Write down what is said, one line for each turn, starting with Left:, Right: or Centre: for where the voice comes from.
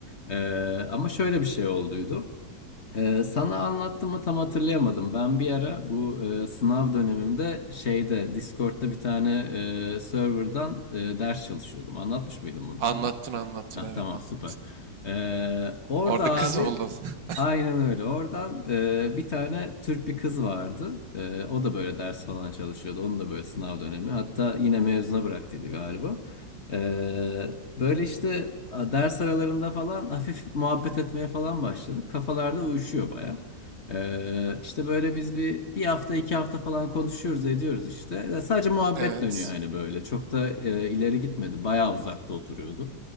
Left: E, ama şöyle bir şey olduydu. Ee, sana anlattım mı tam hatırlayamadım. Ben bir ara bu e, sınav dönemimde şeyde Discord'da bir tane e, serverdan e, ders çalışıyordum. Anlatmış mıydım bunu
Right: Anlattın
Left: sana?
Right: anlattın
Left: Ah
Right: evet
Left: tamam
Right: anlattın.
Left: süper. Ee, orada
Right: Orada
Left: abi
Right: kız mı buldun? <laughs>
Left: aynen öyle. Oradan e, bir tane Türk bir kız vardı. E, o da böyle ders falan çalışıyordu. Onun da böyle sınav dönemi. Hatta yine mezuna bıraktıydı galiba. Ee, böyle işte a, ders aralarında falan hafif muhabbet etmeye falan başladık. Kafalarda uyuşuyor baya. Ee, işte böyle biz bir bir hafta iki hafta falan konuşuyoruz ediyoruz işte. Ya sadece muhabbet
Right: Evet.
Left: dönüyor hani böyle. Çok da e, ileri gitmedi. baya uzakta oturuyordu.